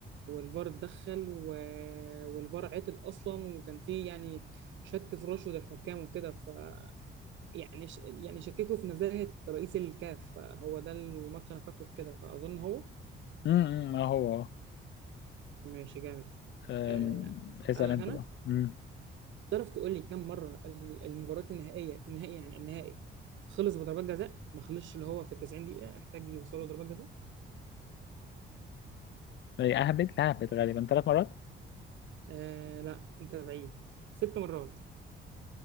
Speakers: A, on the right (about 70°); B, on the left (about 65°).
A: والفار اتدخل و... والفار عطل اصلا وكان فيه يعني شك في رشوة الحكام وكده ف يعني ش... يعني شككوا في نزاهة رئيس الكاف فهو ده الماتش انا فاكره بكده فاظن هو
B: امم اه هو آه.
A: ماشي جامد
B: آم،
A: آه، اسالك
B: اسأل أنت
A: انا
B: بقى امم
A: تعرف تقول لي كم مرة ال- المباريات النهائية النهائي يعني النهائي خلص بضربات جزاء ما خلصش اللي هو في ال 90 دقيقة احتاج يوصلوا ضربات جزاء
B: إيه، أهبد لا أهبد غالبا ثلاث مرات؟
A: آه لا انت بعيد ست مرات